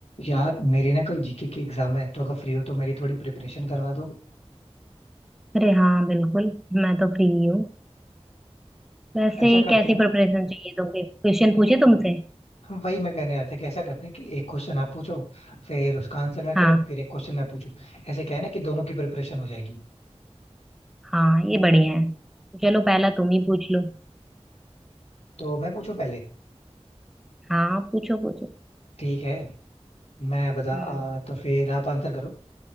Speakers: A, on the left; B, in the centre.
A: यार मेरी ना कल जीके की एग्जाम है तो अगर फ्री हो तो मेरी थोड़ी प्रिपरेशन करवा दो
B: अरे हाँ बिल्कुल मैं तो फ्री हूँ वैसे
A: तो ऐसा करते
B: कैसी
A: हैं ना
B: प्रिपरेशन चाहिए तुमको क्वेश्चन
A: नहीं
B: पूछे
A: नहीं
B: तुमसे
A: हम वही मैं कहने आया था कि ऐसा करते हैं कि एक क्वेश्चन आप पूछो फिर उसका आंसर मैं
B: हाँ
A: करूँ फिर एक क्वेश्चन मैं पूछूं ऐसे क्या है ना कि दोनों की प्रिपरेशन हो जाएगी
B: हाँ ये बढ़िया है चलो पहला तुम ही पूछ लो
A: तो मैं पूछूं पहले
B: हाँ पूछो पूछो
A: ठीक है मैं बता
B: हम्म
A: आ, तो फिर आप आंसर करो